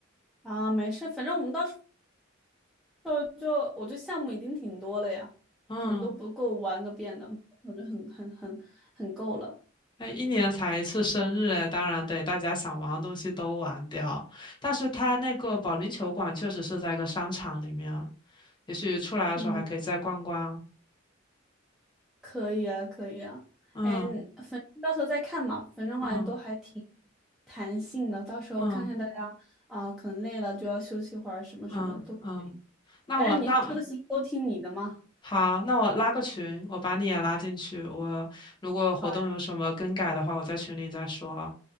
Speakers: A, in the centre; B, on the left (about 25°).
A: 啊，没事，反正我们到时候就我这项目已经挺多了呀，
B: 嗯。
A: 可能都不够玩个遍的，我觉得很很很很够了。
B: 哎，一年才一次生日，哎，当然得大家想玩的东西都玩掉。但是它那个保龄球馆确实是在一个商场里面啊，也许出来的时候还可以再逛逛。
A: 嗯。可以啊，可以啊。
B: 嗯
A: 哎，反正到时候再看嘛，反正我感觉都还挺
B: 嗯
A: 弹性的，到时候看看大家啊、
B: 嗯
A: 可能累了就要休息会儿，什么什么的都可以。
B: 嗯嗯，那我那
A: 反正你是这个是都听你的嘛。
B: 好，那我拉个群，我把你也拉进去。我如果活动有什么更改的话，
A: 好呀，
B: 我在群里再说。